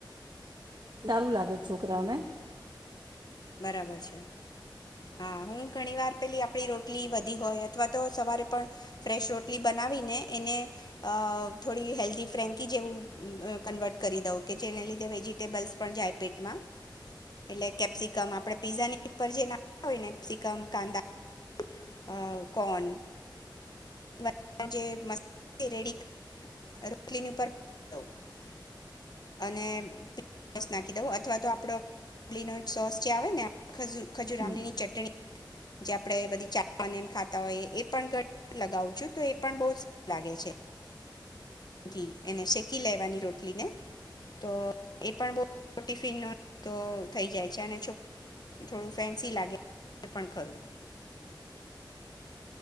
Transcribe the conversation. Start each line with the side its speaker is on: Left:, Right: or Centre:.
Right: સારું લાગે છોકરાઓને.
Left: હમ બરાબર છે હા હું ઘણી વાર પેલી આપડી રોટલી વધી હોય અથવા તો સવારે પણ, ફ્રેશ રોટલી બનાવી ને એને, અ થોડી હેલ્ધી ફ્રેન્કી જેવું કન્વર્ટ કરી દઉં કે જેને લીધે વેજીિટેબલ્સ પણ જાય પેટ માં એટલે કેપ્સિકમ આપડે પીઝાની ઉપર જે નાખતા હોયને, કેપ્સિકમ કાંદા અ કોન મસાલો જે રેડી રોટલીની ઉપર દઉં. <unintelligible> અને પ સોસ નાખી દવ અથવા તો આપડો લીનટ સોસ જે આવે ને આ ખજુ. ખજુર
Right: હમ
Left: આમલીની ચટણી જે આપડે બધી ચાને એમ ખાતા હોય એ પણ ઘ લગાવું છું તો એ પણ બહું લાગે છે. ઘી એને શેકી લેવાની રોટલીને, તો એ પણ બો ટિફિન હોય તો થઈ જાય છે અને છોક ને થોડું ફેન્સી લાગે પણ ખરું.